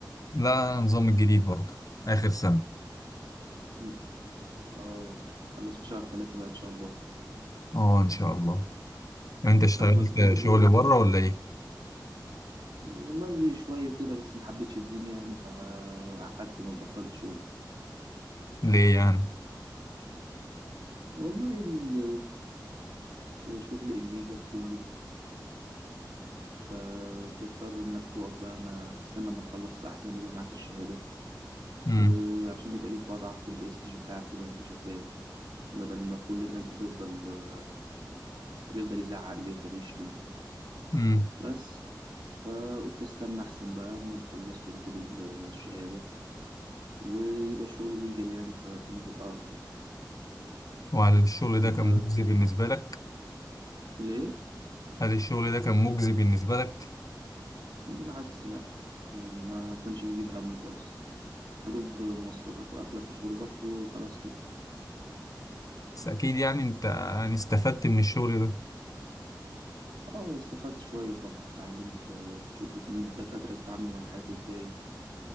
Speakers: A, on the left; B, on the right.
A: لا النظام الجديد برضو اخر سنة
B: مم، آه تخلص في شهر ثلاثة بقى إن شاء الله
A: اه ان شاء الله طب انت اشتغلت
B: طب ما تقول لي
A: شغل
B: كده أنت
A: بره ولا ايه
B: آه، والله شوية كده بس ما حبيتش الدنيا يعني فقعدت ما بطلت شغل
A: ليه يعني
B: والله ال- آه، شغل الليجا كله فبتضطر انك تقف بقى ما تستنى ما تخلص احسن يبقى معاك الشهادة
A: امم
B: آه، عشان يبقى ليك وضعك والبرستيج بتاعك كده وانت شغال بدل ما كل الناس بتفضل آه، اللي يفضل يزعق اللي يفضل يشتم
A: امم
B: بس فقلت استنى احسن بقى اما نخلص وناخد ال- الشهادة ويبقى الشغل ليجل يعني فالدنيا تبقى افضل
A: وهل الشغل ده
B: انت
A: كان مجزي بالنسبة لك
B: ليه؟
A: هل الشغل ده كان مجزي بالنسبة لك
B: بالعكس لا يعني ما كانش بيجيب همه خالص يا دوب مواصلاتك واكلك وشربك وخلاص كده
A: بس اكيد يعني انت يعني استفدت من الشغل ده
B: اه استفدت شويه طبعا اتعلمت آه، بتشوف الدكاتره بيتعاملوا مع الحالات ازاي